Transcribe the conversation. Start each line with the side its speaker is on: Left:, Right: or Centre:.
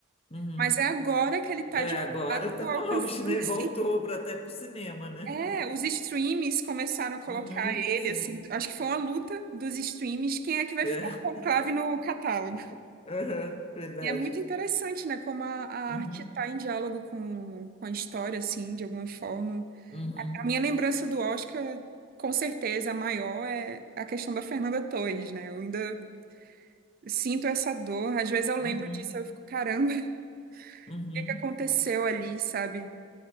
Left: uhum.
Right: mas é agora que ele tá
Left: É,
Right: de
Left: agora
Right: fato
Left: está no
Right: alcançando,
Left: auge, né?
Right: assim.
Left: Voltou para até para o cinema, né?
Right: É, os streams começaram a colocar
Left: Uhum,
Right: ele,
Left: sim.
Right: assim. Acho que foi uma luta dos streams, quem é que vai
Left: É,
Right: ficar com o conclave no catálogo?
Left: <laughs> aham, verdade.
Right: E é muito interessante, né, como a, a
Left: Uhum,
Right: arte está em diálogo com, com a história, assim, de alguma forma.
Left: uhum,
Right: A minha lembrança do Oscar, com certeza, a maior é a questão da Fernanda Torres, né? Eu ainda sinto essa dor. Às vezes eu lembro
Left: uhum,
Right: disso, eu fico, caramba, <laughs> o
Left: uhum.
Right: que que aconteceu ali, sabe?